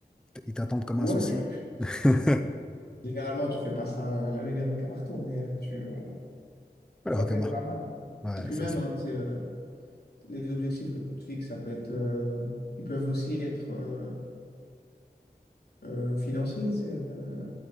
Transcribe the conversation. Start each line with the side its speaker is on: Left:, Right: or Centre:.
Centre: Ils t'attendent comme
Left: ouais,
Centre: un souci.
Left: tu,
Centre: <laughs>
Left: généralement tu fais pas ça euh, laver les requins marteaux, mais euh, tu, euh,
Centre: Voilà,
Left: ça
Centre: requin-mare.
Left: peut être pas mal.
Centre: Ouais,
Left: Et puis
Centre: ça,
Left: même,
Centre: ça
Left: hein, tu sais, euh, les objectifs que tu te fixes, ça peut être, euh, ils peuvent aussi être euh, euh, financiers. Tu sais, euh,